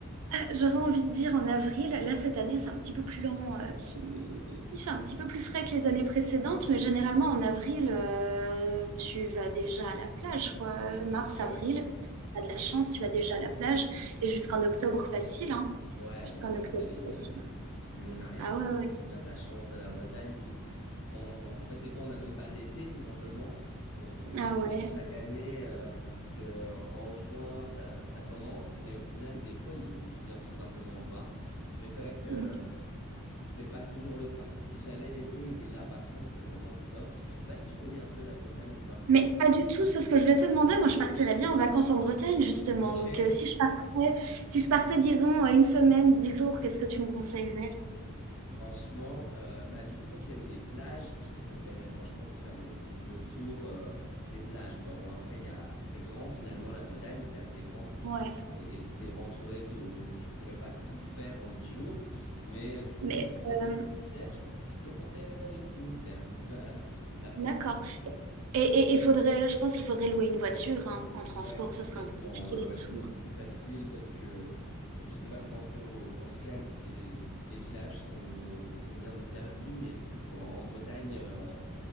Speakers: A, on the right (about 80°); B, on the left (about 60°).
A: J'aurais envie de dire en avril, là cette année c'est un petit peu plus lent, euh, il, il fait un petit peu plus frais que les années précédentes, mais généralement en avril, euh, tu vas déjà à la plage, quoi. Euh, Mars,
B: Ok, ouais.
A: avril, t'as de
B: Ok.
A: la chance, tu vas déjà à la plage, et jusqu'en octobre facile, hein.
B: Ouais,
A: Jusqu'en
B: donc ouais,
A: octobre
B: vous avez une,
A: facile.
B: euh, une longue arrière-saison.
A: Ah ouais, ouais.
B: Là, ça change de la Bretagne qui, on- on- en fait, des fois, on n'a même pas d'été, tout simplement. On, on
A: Ah
B: espère
A: ouais.
B: chaque année euh, que en juin, ça, ça commence, mais au final, des fois, il, il vient tout simplement pas. Mais c'est vrai que
A: OK.
B: C'est pas toujours le cas. Si jamais l'été il est là, par contre, c'est vraiment top. Je sais pas si tu connais un peu la Bretagne ou pas.
A: Mais pas du tout, c'est ce que je voulais te demander. Moi, je partirais bien en vacances en Bretagne, justement.
B: Ok.
A: Donc, euh, si je partais, si je partais, disons, euh, une semaine, dix jours, qu'est-ce que tu me conseillerais?
B: Franchement, euh, bah du coup, toi qui aimes les plages, je te conseillerais franchement de faire le, le tour euh, des plages, quoi. Bon, après, il y a... c'est grand finalement, la Bretagne, c'est assez grand
A: Ouais.
B: et, et- et c'est entouré d'eau, donc tu pourrais pas tout faire en 10 jours. Mais euh, du coup,
A: Mais
B: moi qui viens du
A: euh,
B: Finistère, je je te conseillerais d'aller au Finistère, <laughs> la pointe.
A: d'accord. Et, et, et faudrait, je pense qu'il faudrait louer une voiture, hein. En transport,
B: Ouais, complètement.
A: ce serait un peu compliqué
B: Ouais,
A: et
B: ouais,
A: tout.
B: c'est beaucoup plus facile parce que euh, je ne sais pas comment c'est au, au Portugal, si les, les- les villages sont, sont bien desservis, mais en, en Bretagne, euh,